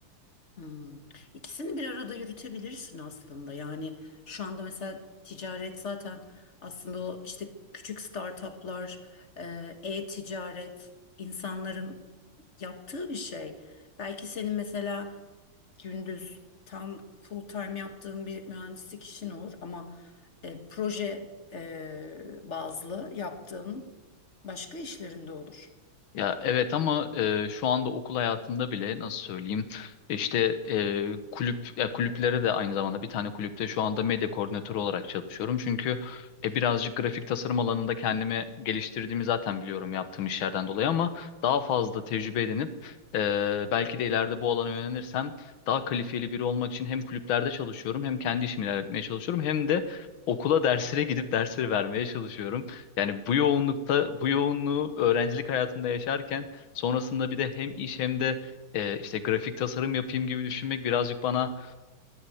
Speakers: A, on the left; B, on the left.
A: Hmm. İkisini bir arada yürütebilirsin aslında. Yani şu anda mesela ticaret zaten aslında o işte küçük startuplar, e, e-ticaret insanların yaptığı bir şey. Belki senin mesela gündüz tam full time yaptığın bir mühendislik işin olur ama e, proje e, bazlı yaptığın başka işlerinde olur.
B: Ya evet ama e, şu anda okul hayatında bile nasıl söyleyeyim işte e, kulüp ya kulüplere de aynı zamanda bir tane kulüpte şu anda medya koordinatörü olarak çalışıyorum. Çünkü e, birazcık grafik tasarım alanında kendimi geliştirdiğimi zaten biliyorum yaptığım işlerden dolayı ama daha fazla tecrübe edinip e, belki de ileride bu alana yönelirsem daha kalifiyeli biri olmak için hem kulüplerde çalışıyorum hem kendi işimi ilerletmeye çalışıyorum hem de okula derslere gidip dersleri vermeye çalışıyorum. Yani bu yoğunlukta, bu yoğunluğu öğrencilik hayatında yaşarken sonrasında bir de hem iş hem de e, işte grafik tasarım yapayım gibi düşünmek birazcık bana